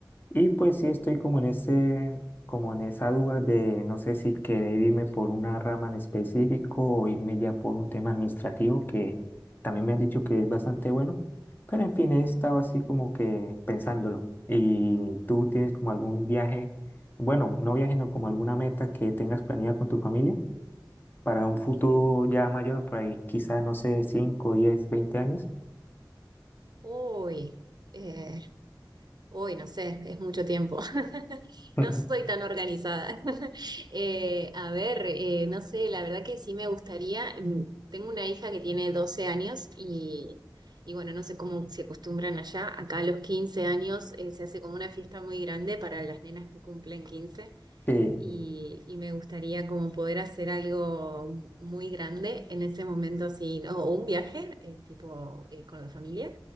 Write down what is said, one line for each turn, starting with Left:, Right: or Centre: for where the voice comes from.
Left: Y pues sí estoy como en ese, como en esa duda de no sé si querer irme por una rama en específico o irme ya por un tema administrativo que también me han dicho que es bastante bueno. Pero en fin, he estado así como que pensándolo. ¿Y tú tienes como algún viaje, bueno, no viaje, no como alguna meta que tengas planeada con tu familia para un futuro ya mayor, por ahí quizás, no sé, cinco diez veinte años?
Right: Uy, eh, uy, no sé, es mucho tiempo. <laughs>
Left: <laughs>
Right: No soy tan organizada. <laughs> Eh, a ver, eh, no sé, la verdad que sí me gustaría. Mm, Tengo una hija que tiene 12 años y, y bueno, no sé cómo se acostumbran allá. Acá a los 15 años eh, se hace como una fiesta muy grande para las nenas que cumplen 15.
Left: Sí,
Right: y, y me gustaría como poder hacer algo muy grande en ese momento así, ¿no? O un viaje, eh, tipo eh, con la familia,